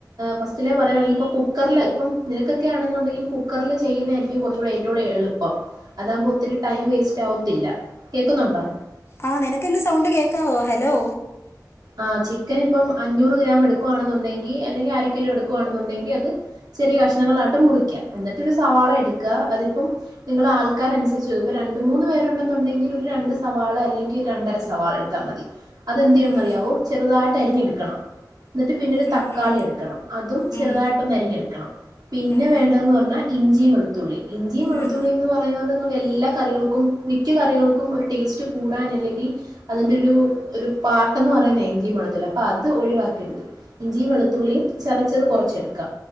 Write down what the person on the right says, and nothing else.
ഫസ്റ്റില പറയയാണെങ്കിൽ ഇപ്പ കുക്കറില് ഇപ്പം നിനക്കൊക്കെ ആണെന്നുണ്ടെങ്കിൽ കുക്കറിൽ ചെയ്യുന്നതായിരിക്കും കുറച്ചുകൂടെ ഏറ്റവുടെ എളുപ്പം അതാകുമ്പോ ഒത്തിരി ടൈം വേസ്റ്റ് ആവത്തില്ല കേൾക്കുന്നുണ്ടോ
ആ ചിക്കൻ ഇപ്പം അഞ്ഞൂറ് ഗ്രാം എടുക്കുവാണെന്നുണ്ടെങ്കിൽ അല്ലെങ്കിൽ അര കിലോ എടുക്കുവാണെന്നുണ്ടെങ്കിൽ അത് ചെറിയ കഷ്ണങ്ങൾ ആയിട്ട് മുറിക്കുക എന്നിട്ടരു സവാള എടുക്കുക അതിപ്പോ നിങ്ങൾ ആൾക്കനുസരിച്ചു ഇപ്പം രണ്ട്, മൂന്ന് പേരുണ്ടെന്നുണ്ടെങ്കിൽ ഒരു രണ്ട് സവാള് അല്ലെങ്കിൽ രണ്ടര സവാള എടുത്താൽ മതി അതെന്ത് ചെയ്യണംന്ന്റിയാം
ചെറുതായിട്ട് അരിഞ്ഞെടുക്കണം എന്നിട്ട് പിന്നെരു
തക്കാളി
എടുക്കണം അതും ചെറുതായിട്ടൊന്ന്
അരിഞ്ഞെടുക്കണം പിന്നെ
വേണ്ടന്ന് പറഞ്ഞാൽ ഇഞ്ചിയ വെളുത്തുള്ളി ഇഞ്ചിയ വെളുത്തുള്ളി
എന്ന് പറയുന്നത് എല്ലാ കറികൾക്കും മിക്ക കറികൾക്കും ഒരു ടേസ്റ്റ് കൂടാൻ അല്ലെങ്കിൽ അതിൻ്റെ ഒരു ഒരു പാട്ടന്ന് പറയുന്ന ഇഞ്ചിയും വെളുത്തുള്ളി അപ്പൊ അത് ഒഴിവാക്കരുത് ഇഞ്ചിയും വെളുത്തുള്ളിയും ചതച്ചത് കുറച്ചെടുക്കാം